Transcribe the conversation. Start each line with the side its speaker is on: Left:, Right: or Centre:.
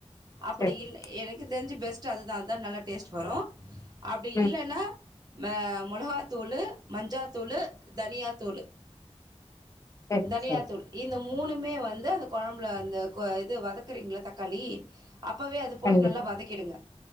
Right: அப்டி
Left: சரி
Right: இல்ல எனக்கு தெர்ஞ்சு பெஸ் ச்ச அதுதா அதுதா நல்லா டேஸ்ட் வரு அப்டி
Left: ம்
Right: இல்லன்னா மே மொளகாதூளு மஞ்சாதூளு தனியாதூளு
Left: சரி
Right: தனியா
Left: சரி
Right: தூள் இந்த மூணுமே வந்து அந்த கொழம்புல அந்த கொ இது வதக்குறீங்கல்ல தக்காளி அப்பவே அது போட்டு
Left: கண்டிப்பா
Right: நல்லா வதக்கிடுங்க